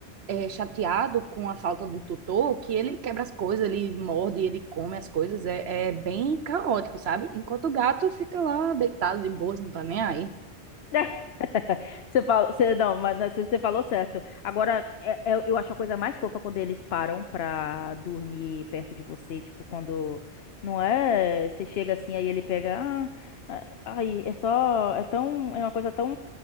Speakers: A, on the right (about 70°); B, on the left (about 65°).
A: é, chateado com a falta do tutor, que ele quebra as coisas, ele morde, ele come as coisas, é, é bem caótico, sabe? Enquanto o gato fica lá deitado de boas, não tá nem aí.
B: <laughs> Você fala, você, não, mas mas você, você falou certo. Agora, é- é- eu acho a coisa mais fofa quando eles param pra dormir perto de você. Tipo, quando. Não é? Você chega assim, aí ele pega. Ah, ah, ai, é só. É tão. É uma coisa tão.